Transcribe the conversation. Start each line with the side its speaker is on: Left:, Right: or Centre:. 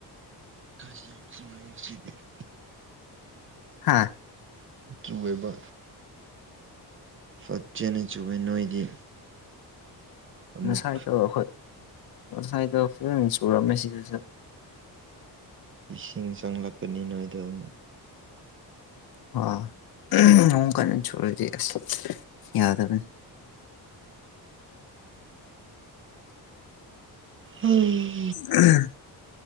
Right: <inaudible>
Left: ꯍꯥꯥ
Right: ꯆꯨꯋꯦꯕ ꯐꯠꯖꯅ ꯆꯨꯋꯦ ꯅꯣꯏꯗꯤ ꯑꯃꯨꯛ
Left: ꯉꯁꯥꯏꯗꯥ ꯑꯈꯣꯢ ꯉꯁꯥꯢꯗꯣ ꯐꯖꯅ ꯆꯨꯔꯝꯃꯦ ꯁꯤꯗꯁꯨ
Right: ꯏꯁꯤꯡ ꯆꯪꯂꯛꯀꯅꯤ ꯅꯣꯏꯗ ꯑꯃꯨꯛ
Left: ꯑꯥ ꯎꯝ ꯅꯣꯡ ꯀꯟꯅ ꯆꯨꯔꯗꯤ ꯑꯁ ꯌꯥꯗꯕꯅꯦ
Right: ꯍꯦ
Left: ꯎꯝ